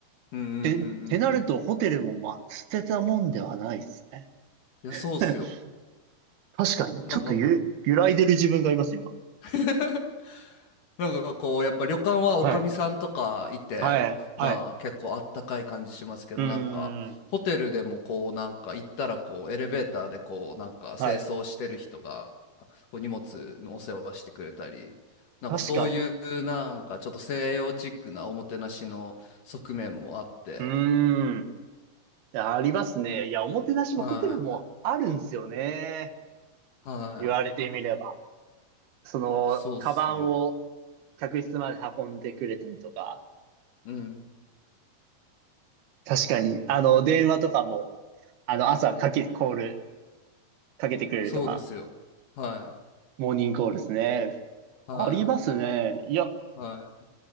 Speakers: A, on the left; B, on the right.
A: うんうんうんうんうん。
B: て、てなると、ホテルもまあ、捨てたもんではないですね。
A: いや、
B: <laughs>
A: そうっすよ。
B: 確かに、
A: なんか
B: ちょっとゆ、揺らいでる自分がいます、今。
A: <laughs> なんかこう、やっぱ旅館はおかみさんとかいて、
B: はい。はい。はい。
A: まあ結構あったかい感じしますけど、
B: うーん。
A: なんかホテルでもこうなんか行ったらこうエレベーターでこうなんか清掃してる人が
B: はい。
A: こう荷物のお世話してくれたり、なんかそういうなんかちょっと西洋チックなおもてなしの側面もあって、
B: 確かに。うーん。いや、ありますね。いや、おもてなしもホテルもあるんですよね。
A: はい、はい、
B: 言われてみれば。その、
A: そうっすよ。
B: カバンを客室まで運んでくれたりとか。
A: うん、
B: 確かに。あの、電話とかも、あの、朝かけ、コール、かけてくれるとか、
A: そうですよ。はい、
B: モーニングコールですね。
A: は
B: ありますね。いや、
A: い、はい。